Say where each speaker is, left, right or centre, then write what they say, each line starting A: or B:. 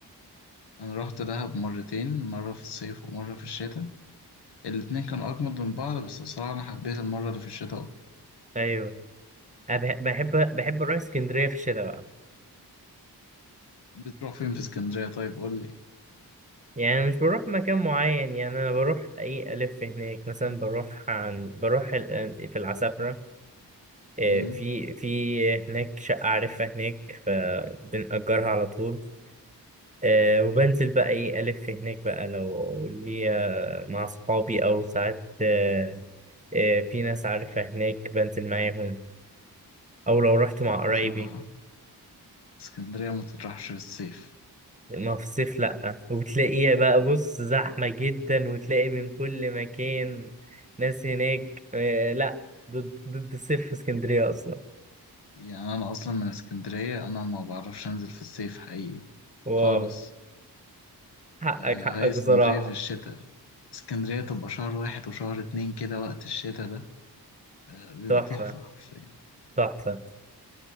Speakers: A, on the left (about 80°); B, on the right (about 20°).
A: انا رحت دهب مرتين مره في الصيف ومره في الشتاء الاتنين كانوا اجمد من بعض بس بصراحه انا حبيت المره اللي في الشتاء اكتر
B: ايوه أنا بح- بحب بحب أروح اسكندرية في الشتاء بقى
A: بتروح فين في اسكندريه طيب قول لي
B: يعني أنا مش بروح مكان معين يعني أنا بروح أي ألف هناك مثلا بروح عن بروح ال- في العسافرة آه،
A: امم
B: في في هناك شقة عارفها هناك فبنأجرها على طول آه، وبنزل بقى إيه ألف هناك بقى لو ليا مع صحابي أو ساعات آه، آه، في ناس عارفها هناك بنزل معاهم أو لو رحت مع قرايبي
A: بصراحه اسكندريه ما تطرحش في الصيف
B: ما في الصيف لأ وتلاقيها بقى بص زحمة جدا وتلاقي من كل مكان ناس هناك آه، لأ ضد ضد الصيف في اسكندرية أصلا
A: يعني انا اصلا من اسكندريه انا ما بعرفش انزل في الصيف حقيقي
B: واو
A: خالص
B: حقك
A: آه
B: حقك
A: هي اسكندريه
B: بصراحة
A: في الشتاء اسكندريه تبقى شهر واحد وشهر اتنين كده وقت الشتاء ده آه بيبقى
B: تحفة
A: تحفه حرفيا
B: تحفة